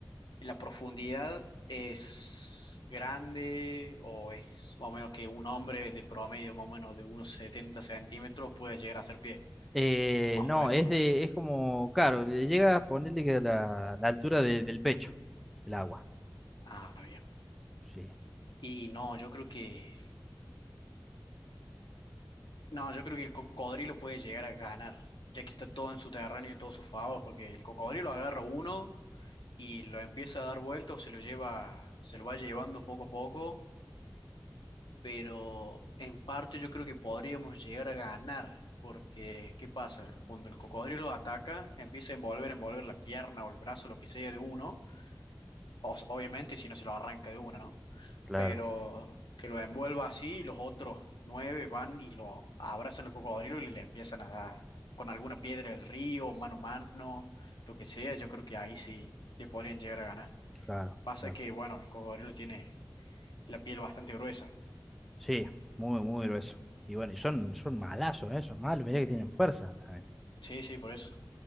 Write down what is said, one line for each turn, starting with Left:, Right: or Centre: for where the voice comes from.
Left: la profundidad es grande o es más o menos que un hombre de promedio más o menos de unos 70 centímetros puede llegar a hacer pie,
Centre: Eh,
Left: más
Centre: no,
Left: o menos.
Centre: es de, es como, claro, le llega a ponerle que la, la altura de- del pecho, el agua.
Left: Ah, bien.
Centre: Sí,
Left: Y no, yo creo que no, yo creo que el cocodrilo puede llegar a ganar, ya que está todo en su terreno y todo su favor, porque el cocodrilo agarra uno y lo empieza a dar vueltas o se lo lleva, se lo va llevando poco a poco pero en parte yo creo que podríamos llegar a ganar, porque ¿qué pasa? Cuando el cocodrilo ataca, empieza a envolver, envolver la pierna o el brazo, lo que sea de uno, o- obviamente si no se lo arranca de uno, ¿no?
Centre: claro,
Left: Pero que lo envuelva así, los otros nueve van y lo abrazan al cocodrilo y le empiezan a dar con alguna piedra del río, mano a mano, lo que sea, yo creo que ahí sí le podrían llegar a ganar.
Centre: claro,
Left: Pasa
Centre: claro.
Left: que, bueno, el cocodrilo tiene la piel bastante gruesa.
Centre: Sí, muy, muy grueso. Y bueno, y son, son malazos, eh, son malos, mirá que tienen fuerza también.
Left: Sí, sí, por eso.